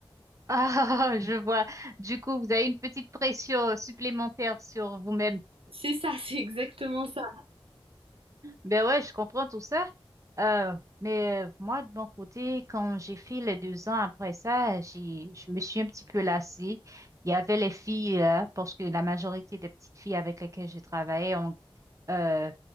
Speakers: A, on the right; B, on the right.
A: Ah, je vois. Du coup, vous avez une petite pression supplémentaire sur vous-même.
B: C'est ça, <laughs> c'est exactement ça.
A: Ben ouais, je comprends tout ça. Euh, mais euh, moi, de mon côté, quand j'ai fait les deux ans après ça, j'ai, je me suis un petit peu lassée. Il y avait les filles, euh, parce que la majorité des petites filles avec lesquelles je travaillais, ont, euh,